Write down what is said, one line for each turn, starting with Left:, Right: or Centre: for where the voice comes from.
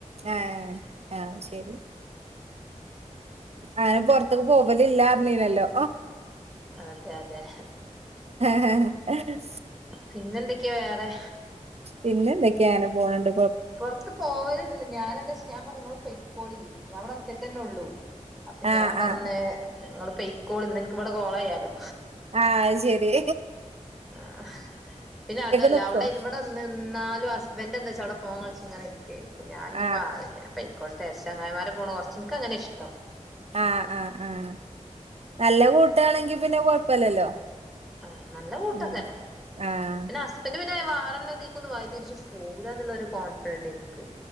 Right: ഏ അത് ശരി അനെ പൊറത്ത്ക്ക് പോവല് ഇല്ലാറിഞ്ഞീലല്ലോ
Centre: അതെ അതെ
Right: ഹെഹ്
Centre: പിന്നെന്തൊക്കെയാ വേറെ
Right: പിന്നെ എന്തൊക്കെയ അങ്ങനെ പോണ് ണ്ട്
Centre: പുറത്ത് പോവലില്ല ഞാന് എന്താ വച്ച ഞാൻ പറഞ്ഞു നിങ്ങൾ പൊയിക്കോളി ഞാൻ അവിടെ ഒറ്റക്ക തന്നെ ഉള്ളൂ അപ്പൊ
Right: ആഹ്
Centre: ഞാൻ പറഞ്ഞേ
Right: ആഹ്
Centre: നിങ്ങള് പെയ്ക്കോള്ന്ന് എനിക്ക് ഇവിടെ കോളെയ്യാലോ
Right: ആഹ് അയ്ശെരി
Centre: ആ പിന്നെ അതല്ല
Right: നിക്കോ
Centre: അവിടെ ഇബടെ നാലും ഹസ്ബൻഡ് എന്താ വെച്ചാ അവിടെ ഫോൺ കളിച് ഇങ്ങനൊക്കെരിക്കും ഞാനാ
Right: ആഹ്
Centre: പയിക്കോട്ടെ ചങ്ങായിമാരെ പോണ് കൊറച്ച് എനിക്കങ്ങനെ ഇഷ്ടം
Right: ആഹ് ആഹ് ആഹ് നല്ല കൂട്ടാണെങ്കി പിന്നെ കൊഴപ്പല്ലല്ലോ
Centre: ആ നല്ല കൂട്ടൊക്കെന്നെ
Right: ഉം ആഹ്
Centre: പിന്നെ ഹസ്ബൻഡ് പിന്നെ വാറല്ലത്തേക്കൊന്നും വയിതിരിച്ച് പോകുലന്നൂള്ള കോൺഫിഡൻഡ് എനിക്ക്